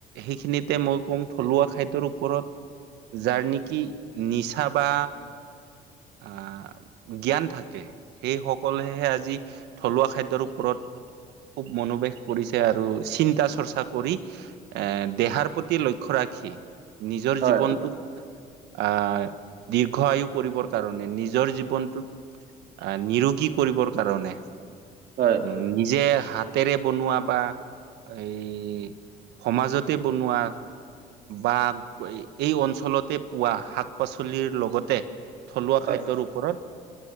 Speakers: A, on the right (about 80°); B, on the right (about 65°).
A: সেইখিনিতে মই কওঁ থলুৱা খাদ্যৰ ওপৰত। যাৰ নেকি নিচা বা আহ। জ্ঞান থাকে সেই সকলেহে আজি থলুৱা খাদ্যয়ৰ ওপৰত। খুব মনোবেশ কৰিছে আৰু চিন্তা চৰ্চা কৰি এ দেহাৰ প্ৰতি লক্ষ্য ৰাখি। নিজৰ
B: হয়
A: জীৱনটোক আহ দীৰ্ঘ আয়ু কৰিব। কাৰণে নিজৰ জীৱনটোত আহ নিৰোগী কৰিবৰ কাৰণে।
B: হয়
A: উম নিজে। হাতেৰে বনোৱা বা এই সমাজতে বনোৱা। বা এই অঞ্চলতে পোৱা শাক পাচলিৰ লগতে। থলুৱা
B: হয়
A: খাদ্যৰ ওপৰত।